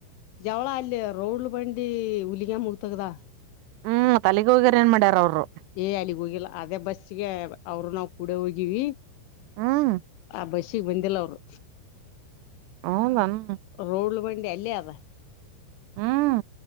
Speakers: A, on the left; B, on the right.
A: ಜವಳ ಅಲ್ಲಿ ರೋಡ್ಲು ಬಂಡಿ ಹುಲ್ಲಿಗ ಮುಗ ತಗದಾಳ
B: ಹುಂ ಅಲೆಗ ಹೋಗ್ಯಾರ ಎನ್ ಮಾಡ್ಯಾರ ಅವ್ರು
A: ಏ ಅಲ್ಲಿಗ್ ಹೋಗಿಲ್ಲಾ ಅದೇ ಬಸ್ಸಿಗೆ ಅವರು ನಾವು ಕೂಡೆ ಹೋಗಿವಿ.
B: ಹ್ಮ್
A: ಆ ಬಸ್ಸಿಗೆ ಬಂದಿಲ್ಲ ಅವರು
B: ಹೌದನ್
A: ರೌಡ್ಲ ಬಂಡಿ ಅಲ್ಲೇ ಅದ
B: ಹುಂ